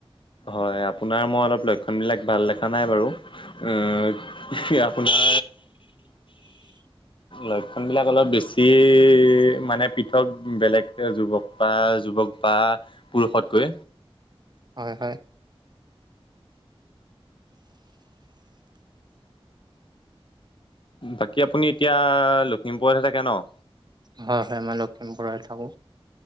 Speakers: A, on the left (about 55°); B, on the right (about 45°).
A: হয় আপোনাৰ মই অলপ ল কামবিলাক ভাল দেখা নাই বাৰু উম আপোনাৰ লৈ কামবিলাক অলপ বেছিয়েই মানে পৃথক বেলেগ যুৱক বা যুৱক বা বাত পুৰুষতকৈ
B: হয় হয়।
A: বাকী আপুনি এতিয়া লখিমপুৰতহে থাকে ন?
B: হয় হয় মই লখিমপুৰত থাকো।